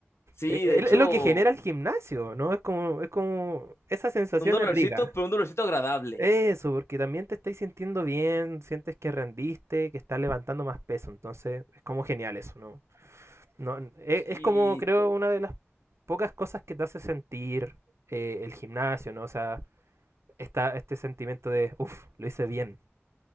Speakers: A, on the left; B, on the right.
A: Sí,
B: E- e-
A: de hecho.
B: Es, lo que genera el gimnasio, ¿no? Es como, es como, esa sensación
A: Un dolorcito,
B: es rica.
A: pero un dolorcito agradable.
B: Eso, porque también te estáis sintiendo bien, sientes que rendiste, que estás levantando más peso, entonces es como genial eso, ¿no? No, n- e-
A: Y
B: es, como creo una de las pocas cosas que te hace sentir eh, el gimnasio, ¿no? O sea, esta, este sentimiento de, uff, lo hice bien,